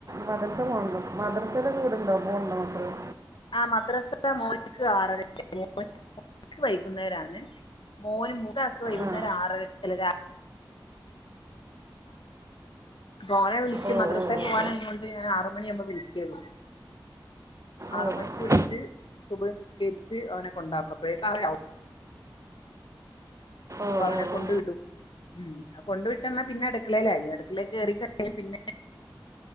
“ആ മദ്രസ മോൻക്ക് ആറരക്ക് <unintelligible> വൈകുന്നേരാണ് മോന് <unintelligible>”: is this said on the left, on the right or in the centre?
Left